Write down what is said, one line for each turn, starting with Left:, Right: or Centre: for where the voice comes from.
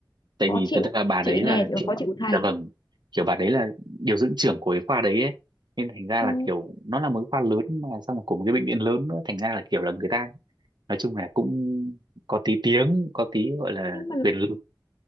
Right: tại
Left: khó
Right: vì
Left: chịu
Right: thật ra bà
Left: chị
Right: đấy là
Left: nghe chị
Right: kiểu
Left: khó chịu thầy
Right: dạ vâng kiểu bà đấy là điều dưỡng trưởng của cái khoa đấy ấy nên thành ra
Left: ừ,
Right: là kiểu nó là một cái khoa lớn mà xong rồi của một cái bệnh viện lớn nữa thành ra là kiểu là người ta nói chung là cũng có tí tiếng có tí gọi là
Left: nhưng mà
Right: quyền lực